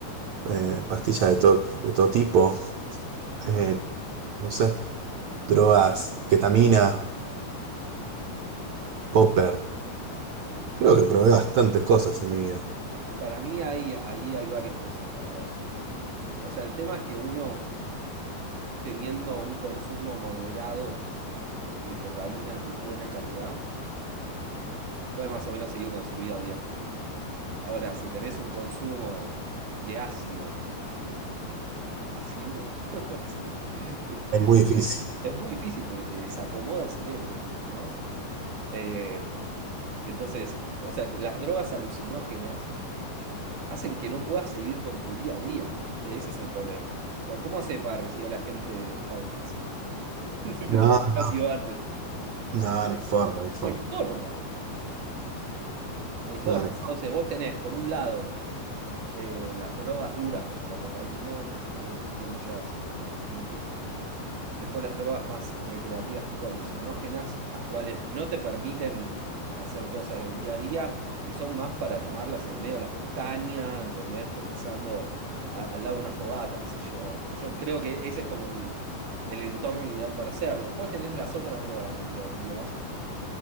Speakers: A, on the right; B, on the right.
A: eh, pastillas de todo, de todo tipo. eh, no sé, drogas,
B: Hmm.
A: ketamina, popper. Creo que probé bastantes cosas en mi vida.
B: Para mí ahí, ahí hay varias cosas para ver. O sea, el tema es que uno, teniendo un consumo moderado de cocaína de buena calidad, puede más o menos seguir con su vida bien. Ahora, si tenés un consumo de ácido, asiduo, <laughs> sí, te-
A: Es muy difícil.
B: es muy difícil porque te desacomoda el cerebro, ¿no? Eh, entonces, o sea, las drogas alucinógenas hacen que no puedas seguir con tu día a día, ¿viste? Ese es el problema. O sea, ¿cómo hace para recibir a la gente de pago fácil? <laughs> Si te
A: No,
B: tomaste
A: no,
B: un ácido antes.
A: no, ni forma, ni forma.
B: No hay forma, no hay forma.
A: No, ni forma.
B: Entonces, vos tenés, por un lado, eh, las drogas duras como la cocaína, que venimos discutiendo ya hace bastante tiempo. Después las drogas más recreativas tipo alucinógenas, las cuales no te permiten hacer cosas del día a día y son más para tomarlas en el medio de la montaña, ¿entendés? Pensando a- al lado de una fogata, qué sé yo. Yo creo que ese es como el, el entorno ideal para hacerlo. Después tenés las otras drogas recreativas,